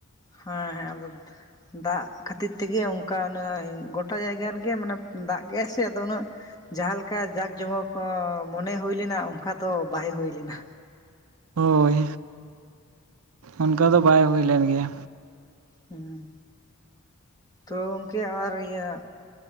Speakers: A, on the left; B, on the right.
A: ᱦᱮᱸᱻᱦᱮᱸ ᱟᱫᱚ ᱫᱟᱜ ᱠᱷᱟᱹᱛᱤᱨ ᱛᱮᱜᱮ ᱚᱱᱠᱟ ᱩᱱᱟᱹᱜ ᱜᱚᱴᱟ ᱡᱟᱭᱜᱟ ᱨᱮᱜᱮ ᱢᱟᱱᱮ ᱫᱟᱜ ᱠᱮᱜᱟᱭ ᱥᱮ ᱟᱫᱚ ᱩᱱᱟᱹᱜ ᱡᱟᱦᱟᱸ ᱞᱮᱠᱟ ᱡᱟᱸᱠ ᱡᱚᱢᱚᱠ ᱦᱚᱸ ᱢᱚᱱᱮ ᱦᱩᱭ ᱞᱮᱱᱟ ᱚᱱᱠᱟ ᱫᱚ ᱵᱟᱭ ᱦᱩᱭ ᱞᱮᱱᱟ᱾
B: ᱦᱳᱭ ᱚᱱᱠᱟ ᱫᱚ ᱵᱟᱭ ᱦᱩᱭᱞᱱ ᱜᱮᱭᱟ᱾
A: ᱦᱩᱸ ᱛᱚ ᱜᱚᱝᱠᱮ ᱟᱨ ᱤᱭᱟᱹ